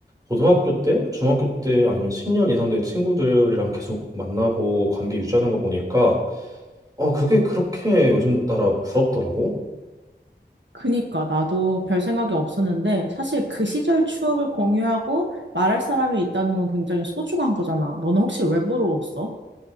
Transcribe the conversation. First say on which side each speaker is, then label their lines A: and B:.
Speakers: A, on the right; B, on the right.
A: 고등학교 때, 중학교 때 아니면 10년 이상 된 친구들이랑 계속 만나고 관계 유지하는 거 보니까 어, 그게 그렇게 요즘 따라 부럽더라고.
B: 그니까 나도 별 생각이 없었는데 사실 그 시절 추억을 공유하고 말할 사람이 있다는 건 굉장히 소중한 거잖아. 너는 혹시 왜 부러웠어?